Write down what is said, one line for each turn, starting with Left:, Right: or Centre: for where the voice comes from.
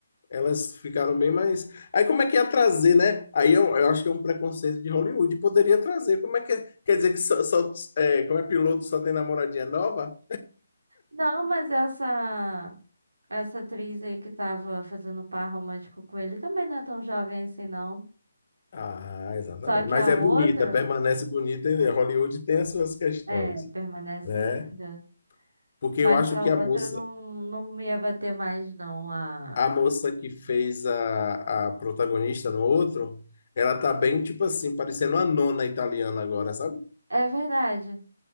Left: Elas ficaram bem mais. Aí como é que ia trazer, né? Aí eu, eu acho que é um preconceito de Hollywood. Poderia trazer. Como é que. é? Quer dizer que só, só- é, como é piloto só tem namoradinha nova?
Right: Não, mas essa. Essa atriz aí que tava fazendo par romântico com ele também não é tão jovem assim, não.
Left: Ah, exatamente.
Right: Só que
Left: Mas
Right: a
Left: é
Right: outra.
Left: bonita, permanece bonita. e
Right: pô,
Left: Hollywood tem as suas questões,
Right: É, permanece
Left: né?
Right: linda.
Left: Porque
Right: Mas
Left: eu acho
Right: a
Left: que
Right: outra
Left: a moça,
Right: não, não me ia bater mais, não. A...
Left: a moça que fez a, a protagonista no outro, ela tá bem, tipo assim, parecendo a nona italiana agora, sabe?
Right: É verdade.